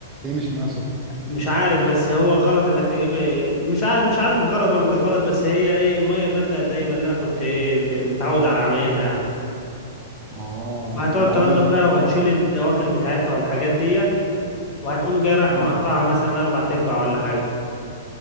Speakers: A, on the right; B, on the left.
A: ليه مش معاها سخن
B: مش عارف بس هو غلط انك تجيب مش عارف مش عارف غلط ولا مش غلط بس هي ايه ميه بارده دايما اللي انا كنت ايه ب- متعود على عمايلها يعني
A: اه
B: وهتقعد
A: وبعدين
B: تنضف فيها وهتشيل الدواخل بتاعتها والحاجات ديت وهتقوم جاي رايح
A: امم
B: مقطعها مثلا اربع تربع ولا حاجه